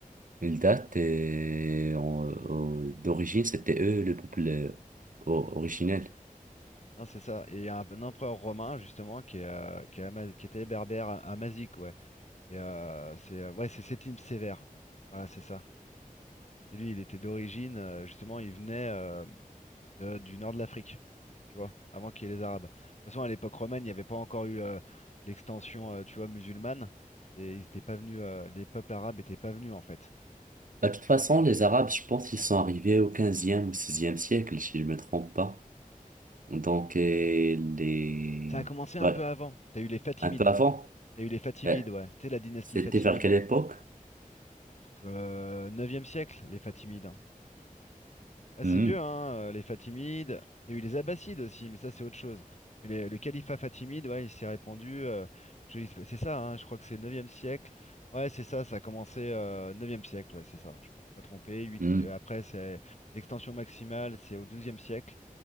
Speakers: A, on the right (about 65°); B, on the left (about 50°).
A: il date et en- au- d'origine, c'était eux le peuple euh, o- originel.
B: Non, c'est ça. Et il y a un, un empereur romain, justement, qui, est, euh, qui, est Ama- qui était berbère, Amazique, ouais. Et euh, c'est euh, ouais, c'est Septime Sévère. Voilà, c'est ça. C'est lui, il était d'origine, euh, justement, il venait euh, de- du nord de l'Afrique, tu vois, avant qu'il y ait les Arabes. De toute façon, à l'époque romaine, il n'y avait pas encore eu euh, l'extension, euh, tu vois, musulmane. Et ils étaient pas venus, euh, les peuples arabes étaient pas venus, en fait.
A: Bah, De toute façon, les Arabes, je pense ils sont arrivés au 15e ou 16e siècle, si je me trompe pas. Donc, euh, les...
B: Ça a commencé un
A: ouais,
B: peu avant. T'as eu les Fatimides.
A: un peu avant.
B: T'as eu les Fatimides,
A: Euh,
B: ouais. Tu sais, la dynastie
A: C'était
B: Fatimide.
A: vers quelle époque?
B: Euh, 9 siècle, les Fatimides. Ah,
A: Hmm,
B: c'est vieux, hein, euh, les Fatimides. T'as eu les Abbassides aussi, mais ça, c'est autre chose. Mais les- le califat fatimide, ouais, il s'est répandu. euh, je- c'est ça, hein, je crois que c'est neuvième siècle. Ouais, c'est ça, ça a commencé euh, 9 siècle, ouais, c'est ça. Je me suis pas trompé. Huit-
A: hmm.
B: euh, après, c'est l'extension maximale, c'est au douzième siècle.